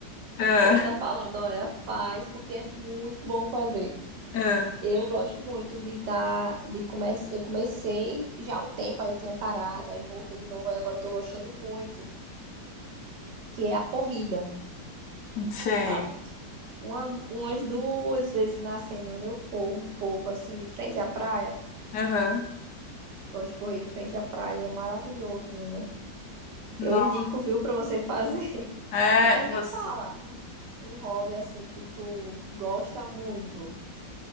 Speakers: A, on the left; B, on the right.
A: ah,
B: Gosto de estar falando, olha, faz, porque é muito bom fazer.
A: ah,
B: Eu gosto muito de estar, de comece, eu comecei já há um tempo, aí tinha parado, aí voltei de novo, aí agora eu tô gostando muito, que é a corrida.
A: não sei,
B: sabe? Uma, umas duas vezes na semana eu corro um pouco assim de frente à praia.
A: aham,
B: Gosto de correr de frente à praia, é maravilhoso, menina.
A: não,
B: Eu indico, viu, pra você fazer. <laughs>
A: é,
B: Mas
A: você,
B: me fala, um, um hobby assim que tu gosta muito